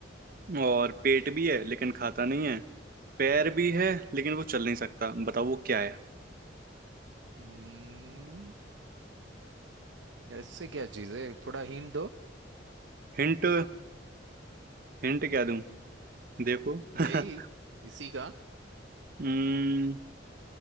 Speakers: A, on the right; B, on the right.
A: और पेट भी है लेकिन खाता नहीं है पैर भी है लेकिन वो चल नहीं सकता बताओ वो क्या है
B: हम्म, ऐसे क्या चीज है थोड़ा हिंट दो
A: हिंट हिंट क्या दूं देखो
B: यही
A: <laughs>
B: इसी का
A: हम्म